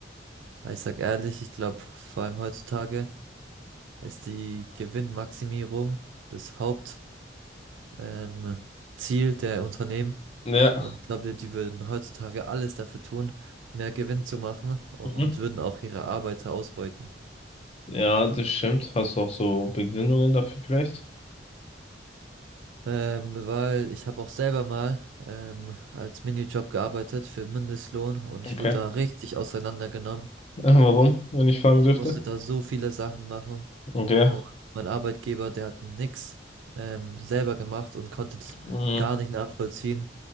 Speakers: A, on the right (about 85°); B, on the left (about 35°).
A: ich sag ehrlich, ich glaube, vor allem heutzutage ist die Gewinnmaximierung das Haupt, ähm, Ziel der Unternehmen.
B: Ja.
A: Und ich glaube, die würden heutzutage alles dafür tun, mehr Gewinn zu machen und
B: Mhm.
A: würden auch ihre Arbeiter ausbeuten.
B: Ja, das stimmt. Hast du auch so Begründungen dafür vielleicht?
A: Ähm, weil ich habe auch selber mal ähm, als Minijob gearbeitet für Mindestlohn und ich
B: Okay.
A: wurde da richtig auseinandergenommen.
B: <laughs> Warum, wenn ich fragen
A: Ich
B: dürfte?
A: musste da so viele Sachen machen
B: Okay.
A: und mein Arbeitgeber, der hat nix ähm, selber gemacht und konnte das
B: Mhm.
A: gar nicht nachvollziehen,